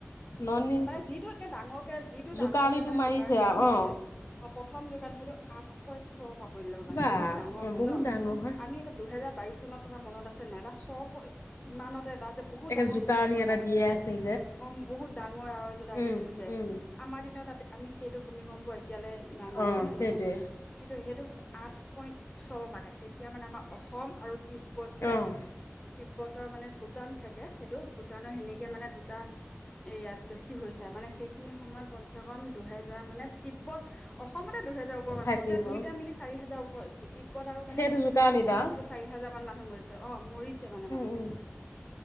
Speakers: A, on the left; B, on the left.
A: ননী
B: মানে যিটো একে ডাঙৰকে যিটো
A: জোকাৰণিটো
B: ডাঙৰকে মানে
A: মাৰিছে
B: জোকাৰণি আহিছিলে।
A: আৰু অ'
B: অ, প্ৰথম যোগান সেইটো আঠ পইন্ট ছ পাবল্যৰ মানে
A: বা
B: বহুত ডাঙৰ
A: অ'
B: হয়
A: বহুত
B: ন
A: ডাঙৰ হয়
B: আমি একে দুহেজাৰ বাইশ চনত তোমাৰ মনত আছে নাই ছ কিমানত তাত যে বহুত
A: একে
B: ডাঙৰ
A: জোকাৰণি
B: ভূমিকম্প এটা আহিছিল
A: দিয়ে
B: যে
A: আছিল
B: অ, বহুত ডাঙৰ আৰু এটা
A: উম,
B: আহিছিল যে
A: উম,
B: আমাৰ দিনত তাতে আমি সেইটো ভূমিকম্প এতিয়ালে ডাঙৰ
A: অ',
B: হয় নে
A: সেইটোৱে
B: নহয় কিন্তু সেইটো আঠ পইন্ট ছ মানে তেতিয়া মানে আমাৰ অসম আৰু তিব্বত যে
A: অ',
B: তিব্বত উৰ মানে ভূটান চাইতে সেইটো ভূটানৰ সেনেকে মানে দুটা এয়াত বেছি হৈছে মানে সেইখিনি সময়ত কমচেকম দুহেজাৰ মানে তিব্বত অসমতে দুহেজাৰ ওপৰ মানুহ
A: থাকিব।
B: মৰিছে দুইটা মিলি চাৰি হাজাৰ ওপৰত তিব্বত আৰু মানে
A: সেইটো জোকাৰণিত
B: অসমৰ
A: আও
B: মিলি চাৰি হাজাৰ ইমান মানুহ মৰিছে অ মৰিছে মানে
A: উম,
B: মানুহ
A: উম,